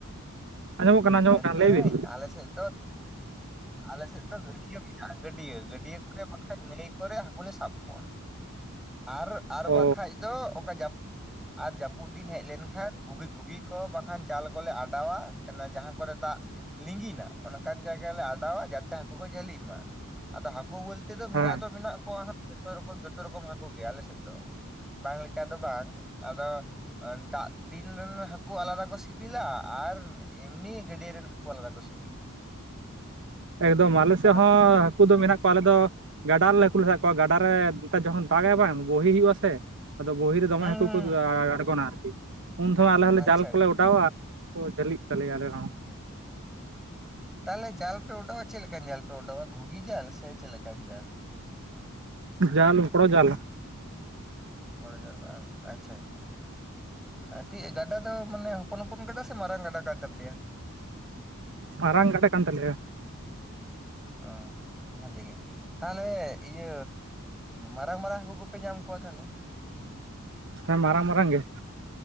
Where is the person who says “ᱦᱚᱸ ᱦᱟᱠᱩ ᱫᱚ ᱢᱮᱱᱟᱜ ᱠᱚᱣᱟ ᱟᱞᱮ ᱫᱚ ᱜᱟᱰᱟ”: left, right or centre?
Right